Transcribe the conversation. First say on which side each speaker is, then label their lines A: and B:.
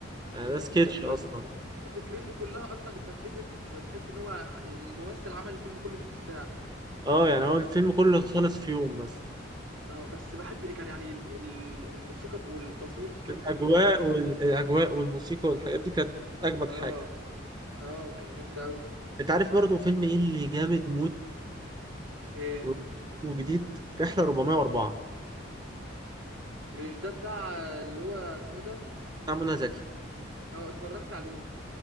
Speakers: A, on the right (about 20°); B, on the right (about 75°).
A: يعني
B: فاهم
A: ده سكتش
B: الفيلم
A: اصلا
B: فكرته كلها اصلا اتنفذت تحس ان هو الممثل عمل الفيلم كله في نص ساعه
A: اه يعني هو الفيلم كله خلص في يوم مثلا
B: اه بس بحب كان يعني ال- ال- الموسيقى والتصوير فيه كانوا
A: الاجواء
B: حلوين قوي
A: والاجواء والموسيقى والحاجات دي كانت اجمد حاجه
B: اه اه كان جامد قوي
A: انت عارف برضه فيلم ايه اللي جامد موت
B: ايه
A: و- وجديد رحله 404
B: مش ده بتاع اللي هو اسمه إيه ده
A: بتاع منى زكي
B: اه اتفرجت عليه